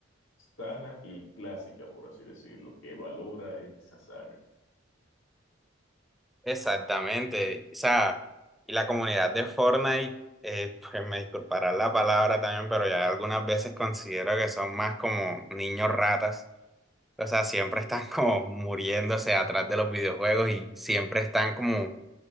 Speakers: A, on the left; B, in the centre.
A: sana y clásica, por así decirlo, que valora esa saga.
B: Exactamente, o sea, y la comunidad de Fortnite, eh, pues me disculpará la palabra también, pero ya algunas veces considero que son más como niños ratas O sea, siempre están como muriéndose atrás de los videojuegos y siempre están como